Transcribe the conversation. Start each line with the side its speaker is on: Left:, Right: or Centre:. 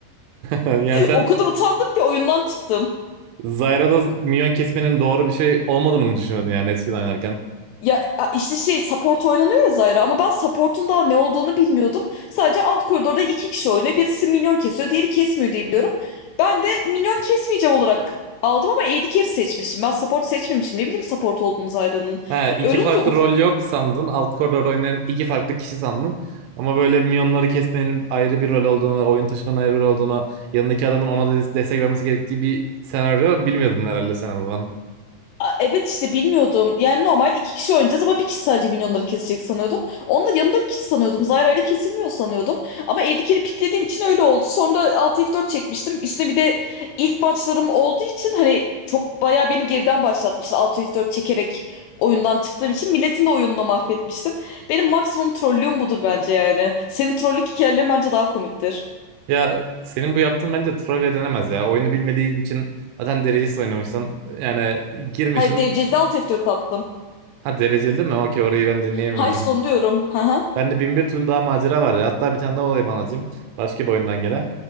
Right: Yani sen
Left: O kadar utandım ki oyundan çıktım.
Right: Zyra'da minyon kesmenin doğru bir şey olmadığını mı düşünüyordun yani eskiden oynarken?
Left: Ya işte şey support oynanıyor ya Zyra ama ben support'un daha ne olduğunu bilmiyordum. Sadece alt koridorda iki kişi oynuyor. Birisi minyon kesiyor, diğeri kesmiyor diye biliyorum. Ben de minyon kesmeyeceğim olarak aldım ama AD carry seçmişim. Ben support seçmemişim. Ne bileyim support olduğunu Zyra'nın.
Right: He, iki
Left: Öyle
Right: farklı
Left: olunca
Right: rol yok sandın. Alt koridorda oynayan iki farklı kişi sandın. Ama böyle minyonları kesmenin ayrı bir rol olduğunu, oyun taşımanın ayrı bir rol olduğunu, yanındaki adamın ona des- destek vermesi gerektiği bir senaryo bilmiyordun herhalde sen o zaman.
Left: A- Evet işte bilmiyordum. Yani normal iki kişi oynayacağız ama bir kişi sadece minyonları kesecek sanıyordum. Onunla yanımdaki kişi sanıyordum. Zyra ile kesilmiyor sanıyordum. Ama Edgar'i piklediğim için öyle oldu. Sonra Alt F4 çekmiştim. Üstüne bir de ilk maçlarım olduğu için hani çok bayağı beni geriden başlatmıştı. Alt F4 çekerek oyundan çıktığım için milletin de oyununu mahvetmiştim. Benim maksimum trollüğüm budur bence yani. Senin trollük hikayelerin bence daha komiktir.
Right: Ya senin bu yaptığın bence trivia denemez ya. Oyunu bilmediğin için zaten derecesiz oynamışsın. Yani girmişsin.
Left: Hayır dereceli de Alt F4 attım.
Right: Ha dereceli değil mi? Okey orayı ben dinleyememişim.
Left: High diyorum. Haha.
Right: Bende bin bir türlü daha macera var ya. Hatta bir tane daha olayı anlatayım. Başka bir oyundan gene.